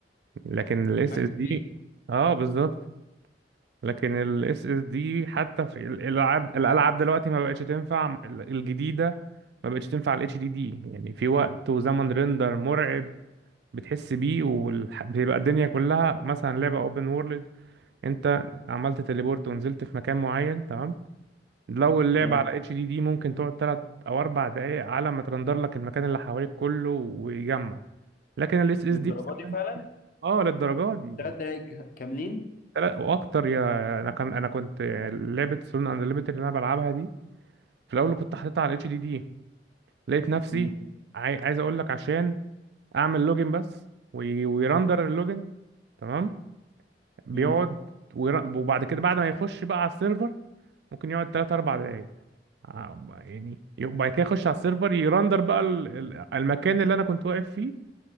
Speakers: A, on the right; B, on the left.
A: لكن الاس
B: حاسس
A: اس دي
B: بيك
A: اه بالظبط لكن ال SSD حتى في ال- الألعاب الألعاب دلوقتي ما بقتش تنفع ال- الجديدة ما بقتش تنفع ال HDD يعني في وقت وزمن ريندر مرعب بتحس بيه وبيبقى الدنيا كلها مثلا لعبة اوبن وورلد انت عملت تليبورت ونزلت في مكان معين تمام لو اللعبة
B: تمام
A: على HDD ممكن تقعد تلات أو أربع دقايق على ما ترندر لك المكان اللي حواليك كله ويجمع لكن ال SSD
B: للدرجه
A: في
B: دي
A: ثواني
B: فعلا
A: كده- اه للدرجة دي
B: تلات
A: يعني.
B: دقايق كاملين
A: لا واكتر يا انا كان انا كنت لعبه سولون اند ليميتد اللي انا بلعبها دي في الاول كنت حاططها على الاتش دي دي لقيت نفسي
B: مم.
A: عاي... عايز اقول لك عشان اعمل لوجن بس وي... ويرندر اللوجن تمام بيقعد
B: مم.
A: وير... وبعد كده بعد ما يخش بقى على السيرفر ممكن يقعد 3 4 دقايق ع- يعني وبعد كده يخش على السيرفر يرندر بقى ال- ال- المكان اللي انا كنت واقف فيه